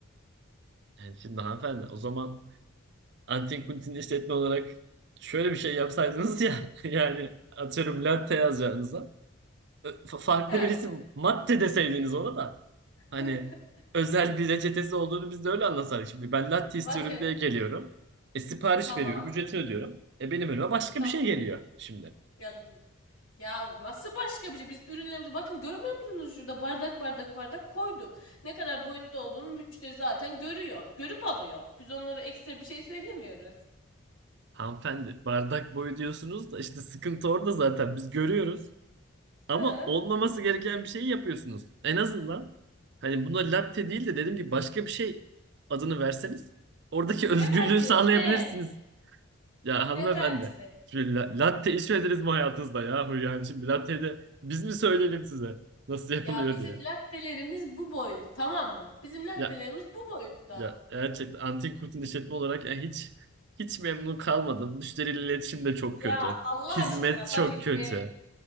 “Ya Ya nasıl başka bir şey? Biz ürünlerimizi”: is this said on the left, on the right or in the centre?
Left